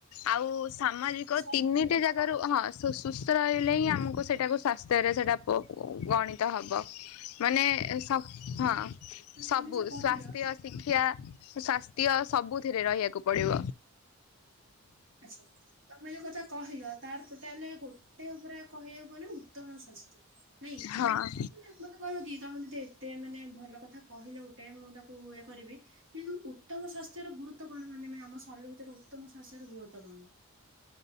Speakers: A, on the left (about 80°); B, on the right (about 60°).
A: ଆଉ ସାମାଜିକ
B: ସବୁଆଡୁ
A: ତିନିଟି ଯାକ୍ ହଁ ସୁ ସୁସ୍ଥ ରହିଲେ ହିଁ ଆମକୁ ସେଇଟାକୁ ସ୍ବାସ୍ଥ୍ୟରେ ସେଟା ପ, ଗଣି ତ ହବ ମାନେ ସ, ହଁ। ସବୁ
B: ତମେ ଯୋଉ କହିଲ
A: ସ୍ଵାସ୍ଥ୍ୟ
B: ହଁ
A: ଶିକ୍ଷା ସ୍ବାସ୍ଥ୍ୟ ସବୁଥିରେ ରହିବାକୁ ପଡ଼ିବ।
B: ଆଚ୍ଛା ତମେ ଯୋଉ କଥା କହିଲ ତାର ଟୋଟାଲ ଗୋଟେ ଉପରେ କହିବାକୁ ଗଲେ ଉତ୍ତମ ସ୍ୱାସ୍ ନାଇଁ
A: ହଁ।
B: ମାନେ ତକଣକି ତମ ଯଦି ଏତେ ମାନେ ଭଲ କଥା କହିଲ ଗୋଟେ ମୁଁ ତାକୁ ଇଏ କରିବି କିନ୍ତୁ ଉତ୍ତମ ସ୍ୱାସ୍ଥ୍ୟର ଗୁରୁତ୍ୱ କଣ ମାନେ ଆମ ଶରୀର ଭିତରେ ଉତ୍ତମ ସ୍ୱାସ୍ଥ୍ୟର ଗୁରୁ ତ କଣ?